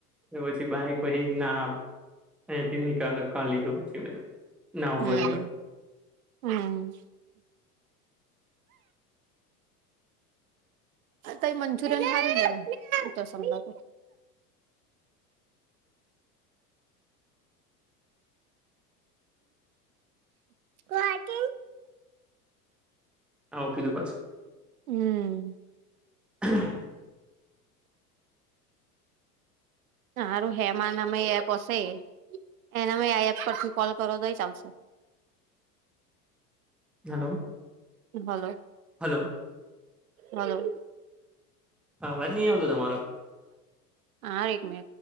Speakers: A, in the centre; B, on the right.
A: પછી બાાયકહી ના એથી નીકળ લીધ પછી ના
B: હમ
A: ભર્યું
B: હમ તઈ મંચુરિયન મા તો સમજા ગુવાહાટી
A: હા કીધું પછી
B: હમ
A: હા
B: સારું હેમા નામાં એપ હશે એને આ એપ પરથી કોલ કરો દઈ ચાલસે
A: હલો
B: ભલો
A: હલો
B: હલો
A: હા વાજ નહી આવતો તમારો
B: હારે મે